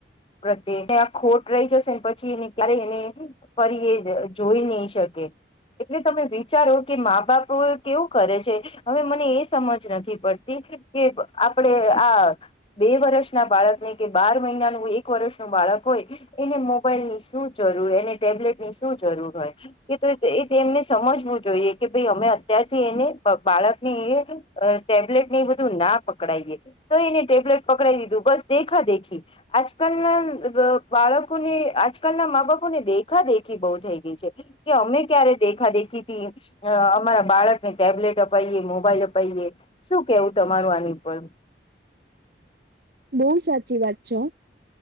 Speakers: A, on the left (about 30°); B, on the right (about 55°).
A: પ્રત્યે ત આ ખોટ રહી જશે. પછી એને ક્યારેય એને ફરી એ જોઈ નહી શકે. એટલે તમે વિચારો કે મા બાપ કેવું કરે છે હવે મને એ સમજ નથી પડતી. કે આપણે આ બે વર્ષ ના બાળક ને કે બાર મહિનાનું એક વર્ષનું બાળ. બાળકોય એને મો. મોબાઈલ ની શું જરૂર અને ટેબ્લેટ ની શું જરૂર હોય કે એ તેમને સમજવું જોઈએ. કે ભાઈ અમે અત્યારથી એને બાળક ની ટેબ્લેટ ને એ બધું ના પકડાઈએ. તો એને ટેબ્લેટ પકડાઈ દીધું બસ દેખા દેખી આજકાલના બાળકોને. આજકાલના મા બાપો ને દેખા દેખી બહુ થઈ ગઈ છે કે અમે ક્યારે દેખા દેખી થી. અમારા બાળકને ટેબ્લેટ અપાઈએ મોબાઈલ અપાઈએ શું કેવું તમારું આની ઉપ.
B: બહુ સાચી વાત છો.